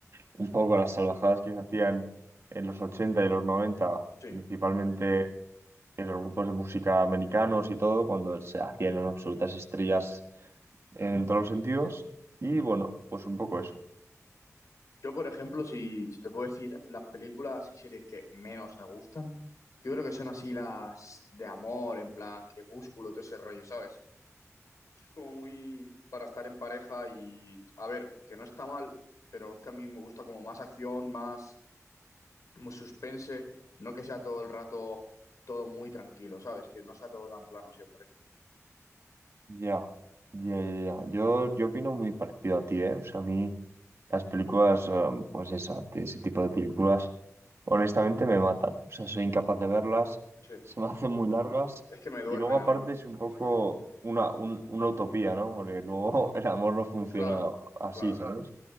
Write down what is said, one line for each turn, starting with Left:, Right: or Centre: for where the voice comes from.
Right: un poco las salvajadas que se hacían en los 80 y los 90
Left: Sí.
Right: principalmente en los grupos de música americanos y todo, cuando se hacían unas absolutas estrellas en todos los sentidos. Y bueno, pues un poco eso.
Left: Yo, por ejemplo, si, si te puedo decir las películas y series que menos me gustan, yo creo que son así las de amor, en plan Crepúsculo, todo ese rollo, ¿sabes? es como muy para estar en pareja y, a ver, que no está mal, pero es que a mí me gusta como más acción, más, más suspense, no que sea todo el rato todo muy tranquilo, ¿sabes? Que no sea todo tan plano siempre.
Right: Ya, ya, ya. ya. Yo, yo opino muy parecido a ti, ¿eh? O sea, a mí Las películas, eh, pues esa, de ese tipo de películas, honestamente me matan. O sea, soy incapaz de verlas,
Left: Sí,
Right: <laughs> se me hacen muy largas
Left: es que me duermen
Right: y luego aparte
Left: a mí.
Right: es un poco
Left: Sí, sí.
Right: una, un- una utopía, ¿no? Porque luego <laughs> el amor no funciona
Left: Claro,
Right: así,
Left: claro.
Right: ¿sabes?